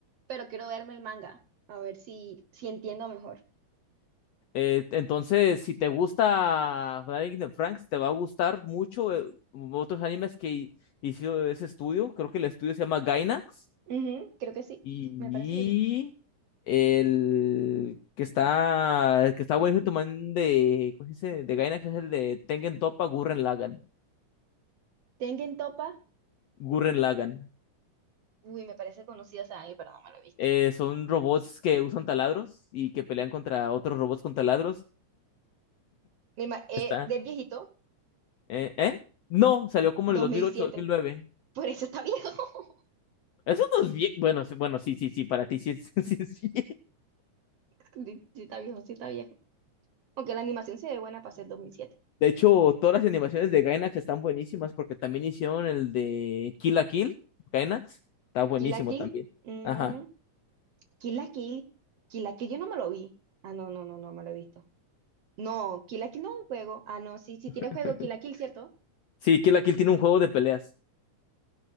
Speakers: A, on the right (about 65°); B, on the left (about 75°).
A: pero quiero verme el manga, a ver si, si entiendo mejor.
B: eh, entonces, si te gusta Darling in the Franks, te va a gustar mucho eh, otros animes que hizo ese estudio. Creo que el estudio se llama Gainax.
A: Ujú, creo que sí,
B: Y
A: me parece que sí.
B: el que está, el que está buenísimo también de, ¿cómo se dice? De Gainax es el de Tengen Toppa Gurren Lagann.
A: Tengen Topa,
B: Gurren Lagann.
A: uy, me parece conocido ese anime, pero no me lo he visto.
B: Eh, son robots que usan taladros y que pelean contra otros robots con taladros.
A: Mi ma- eh,
B: Está,
A: ¿de viejito?
B: eh, ¿eh? No, salió como
A: dos
B: en el dos
A: mil
B: mil ocho-dos
A: siete
B: mil nueve
A: Por eso está viejo. <laughs>
B: Eso no es bien. Bueno, sí, bueno, sí, sí, sí, para ti sí es, <laughs> sí, sí.
A: Sí, sí está viejo, sí está viejo. Aunque la animación se ve buena para ser 2007.
B: De hecho, todas las animaciones de Gainax están buenísimas porque también hicieron el de Kill la Kill, Gainax. Está buenísimo
A: Kill la Kill.
B: también.
A: mm,
B: Ajá.
A: Kill la Kill. Kill la Kill yo no me lo vi. Ah, no, no, no, no me lo he visto. No, Kill la Kill no es un juego. Ah, no, sí, sí tiene
B: <laughs>
A: juego. Kill la Kill, ¿cierto?
B: Sí, Kill la Kill tiene un juego de peleas.